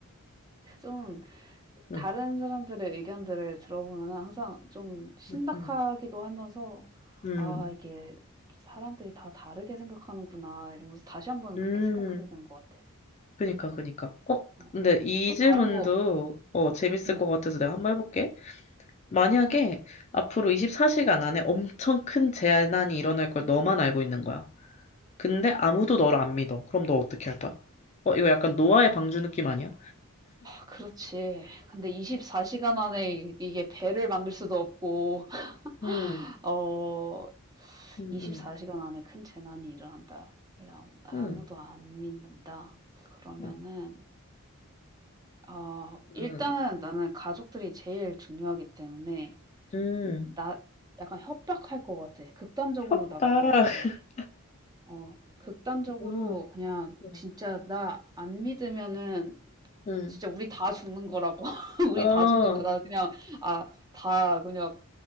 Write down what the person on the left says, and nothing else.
응,
응, 응,
응.
응.
그니까, 그니까. 어,
근데 이
질문도,
어, 재밌을
것 같아서 내가 한 번 해볼게. 만약에 앞으로 24시간 안에 엄청 큰 재난이 일어날 걸 너만 알고 있는 거야. 근데 아무도 너를 안 믿어. 그럼 너 어떻게 할 거야? 어, 이거 약간 노아의 방주 느낌 아니야?
음,
음,
음,
음,
음,
음,
음.
협박.
<laughs>
음,
음,
음.
어,